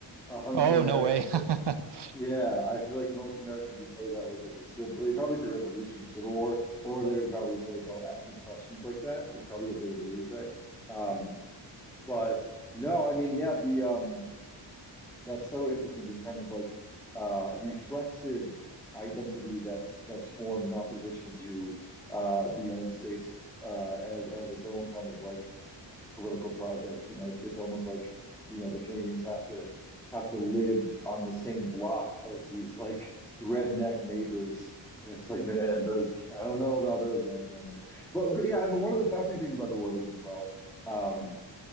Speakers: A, in the centre; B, on the right.
A: 100
B: Oh,
A: Americans,
B: no way.
A: I,
B: <laughs>
A: yeah, I feel like most Americans would say that was like a civil, they probably say revolution or civil war, or they would probably say, don't ask me questions like that, is probably what they would really say. Um, but no, I mean, yeah, the, um, that's so interesting this kind of like uh reflexive identity that's that's formed in opposition to uh the United States uh as as its own kind of like political project you know it's, it's almost like you know the Canadians have to have to live on the same block as these like redneck neighbors And it's like man those I don't know about those guys down there but yeah I mean one of the fascinating things about the War of 1812 um